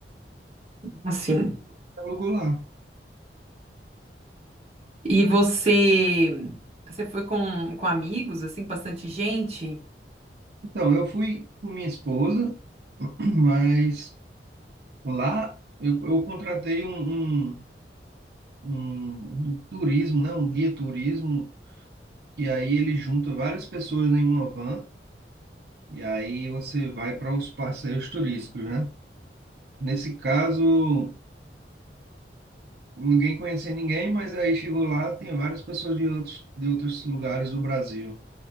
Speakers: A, on the right; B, on the right.
A: Assim.
B: Alugou lá.
A: E você, você foi com, com amigos, assim, com bastante gente?
B: Então, eu fui com minha esposa, <clears throat> mas lá eu, eu contratei um, um, um- um turismo, né? Um guia turismo, que aí ele junta várias pessoas em uma van, e aí você vai para os passeios turísticos, né? Nesse caso, ninguém conhecia ninguém, mas aí chegou lá, tem várias pessoas de outros, de outros lugares do Brasil.